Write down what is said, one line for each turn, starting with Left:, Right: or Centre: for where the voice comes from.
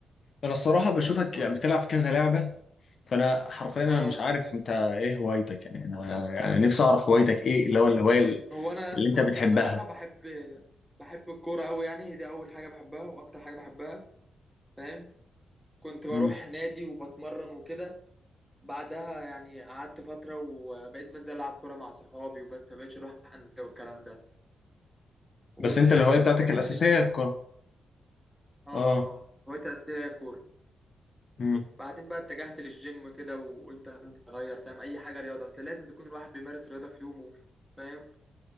Left: انا الصراحه بشوفك
Centre: بس
Left: يعني بتلعب كذا لعبه فانا حرفيا انا
Centre: اه
Left: مش عارف انت ايه هوايتك يعني انا يعني نفسي اعرف هوايتك ايه اللي هو الهوايه
Centre: هو أنا يا
Left: اللي
Centre: اسطى
Left: انت بتحبها
Centre: بصراحة بحب بحب الكورة أوي يعني هي دي أول حاجة بحبها وأكتر حاجة بحبها فاهم كنت بروح
Left: مم.
Centre: نادي وبتمرن وكده بعدها يعني قعدت فترة وبقيت بنزل ألعب كورة مع صحابي وبس ما بقتش أروح أندية والكلام ده واتجهت
Left: بس انت الهوايه بتاعتك الاساسيه
Centre: للجيم
Left: الكوره
Centre: اه
Left: اه
Centre: اه هوايتي الأساسية هي الكورة
Left: مم.
Centre: بعدين بقى اتجهت للجيم كده وقلت انزل اغير فاهم اي حاجه رياضه اصل لازم تكون الواحد بيمارس رياضه في يومه فاهم